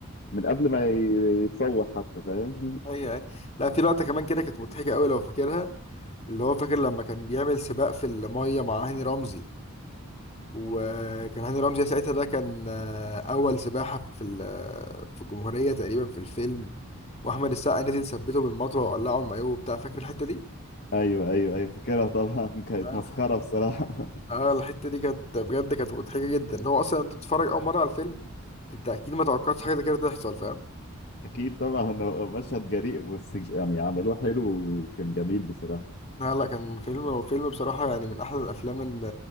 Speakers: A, on the left; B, on the left.
A: من قبل ما ي- <laughs> يتصور حتى فاهم
B: ايوه ايوه لا في لقطة كمان كده كانت مضحكة قوي لو فاكرها اللي هو فاكر لما كان بيعمل سباق في المية مع هاني رمزي وكان هاني رمزي ساعتها ده كان آه، أول سباحة في ال- في الجمهورية تقريبا في الفيلم وأحمد السقا نزل ثبته بالمطوة وقلعه المايوه وبتاع فاكر الحتة دي؟
A: <laughs> ايوه ايوه ايوه فاكرها طبعا <laughs> كانت
B: لا الحاجة
A: مسخره بصراحه
B: اه الحتة دي كانت بجد كانت مضحكة جدا هو أصلا أنت بتتفرج أول مرة على الفيلم أنت أكيد ما توقعتش حاجة زي كده تحصل فاهم؟
A: <laughs> اكيد طبعا هو مشهد جريء بس يعني عملوه حلو وكان جميل بصراحه
B: لا لا كان فيلم وفيلم بصراحة يعني من أحلى الأفلام اللي